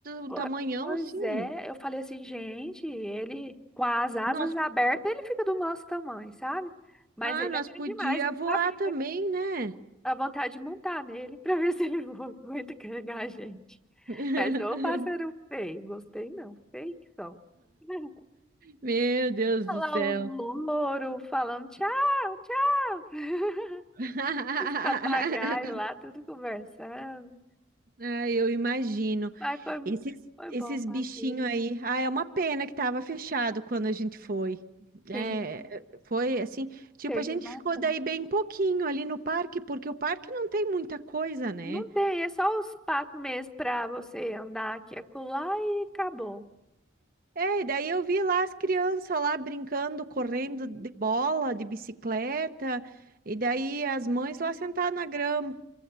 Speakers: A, on the right (about 45°); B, in the centre.
A: um
B: Po-
A: tamanhão
B: Pois
A: assim?
B: é, eu falei assim, gente, ele com as asas
A: Nós,
B: abertas, ele fica do nosso tamanho, sabe? Mas
A: ah,
B: ele
A: nós
B: é grande
A: podia
B: demais, eu não
A: voar
B: sabia.
A: também, né?
B: Dá vontade de montar nele pra ver se ele <laughs> aguenta carregar a gente.
A: <laughs>
B: Mas ô pássaro feio, gostei não, feio que são. <laughs>
A: Meu Deus
B: Olha
A: do céu.
B: lá os louros falando tchau, tchau. <laughs>
A: <laughs>
B: Os papagaios lá, tudo conversando.
A: Ah, eu imagino.
B: Mas foi,
A: Esses,
B: foi
A: esses
B: bom o passeio.
A: bichinhos aí. Ah, é uma pena que tava fechado quando a gente foi. É,
B: Sim,
A: foi assim, tipo,
B: tem
A: a gente
B: bastante.
A: ficou daí bem pouquinho ali no parque, porque o parque não tem muita coisa, né?
B: Não tem, é só os patos mesmo pra você andar aqui e acolá e acabou.
A: É, e daí eu vi lá as crianças lá brincando, correndo
B: Uhum,
A: de bola, de bicicleta, e daí as
B: uhum,
A: mães lá sentadas na grama.